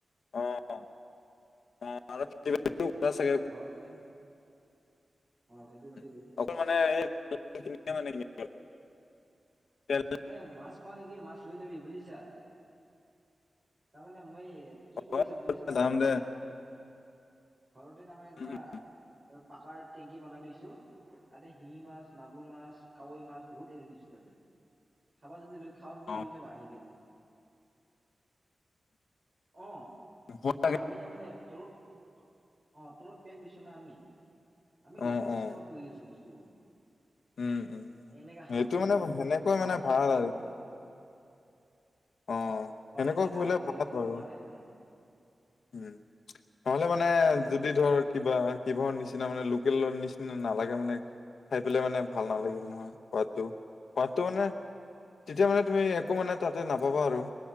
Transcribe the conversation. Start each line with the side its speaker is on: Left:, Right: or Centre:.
Left: অ', অ', অ', আৰু খেতি বাতি <unintelligible> চাগে
Right: ঘৰতে। অ, খেতি
Left: উম,
Right: বাতি কৰোঁ৷
Left: অকল মানে এই <unintelligible> মানে <unintelligible> তেল
Right: এ, মাছ খোৱা নেকি, মাছ লৈ যাবি বুজিছা, তাৰমানে মই কি কৰিছো
Left: হয়,
Right: বুজিছা না?
Left: যাম
Right: ঘৰতে
Left: দে
Right: ঘৰতে তাৰমানে
Left: উম,
Right: এটা
Left: উম,
Right: পাকাৰ টেংকি বনাই লৈছোঁ৷ তাতে শিঙি মাছ, মাগুৰ মাছ, কাৱৈ মাছ বহুত এৰি দিছোঁ তাতে৷ খাবা যদি লৈ খাৱা যদি
Left: অ',
Right: লৈ যাবা আহি কিনে৷ অ',
Left: হ'ব লাগে
Right: অ', আমি মানে তলত অ', তলত পেক দিছোঁ না আমি, আমি লোকেল
Left: অ',
Right: চিষ্টেমত
Left: অ',
Right: <unintelligible> আছোঁ বস্তুবোৰ,
Left: উম, উম,
Right: এনেকা
Left: সেইটো
Right: হাৰ-সাৰ
Left: মানে
Right: কোনো
Left: সেনেকৈ
Right: কিছু কি
Left: মানে
Right: নাই যে
Left: ভাল
Right: ইউৰিয়া
Left: আৰু
Right: গ
Left: অ', সেনেকুৱা
Right: এনেকা
Left: কৰিলে
Right: বেলেগ
Left: <unintelligible> ল
Right: কৰি
Left: বাৰু,
Right: পোহা নাই আমি।
Left: উম। নহ'লে মানে, যদি ধৰ কিবা কিহৰ নিচিনা মানে লোকেলৰ নিচিনা নালাগে মানে খাই পেলাই মানে ভাল নালাগিব নহয় সোৱাদটো, সোৱাদটো মানে তেতিয়া মানে তুমি একো মানে তাতে নাপাবা আৰু,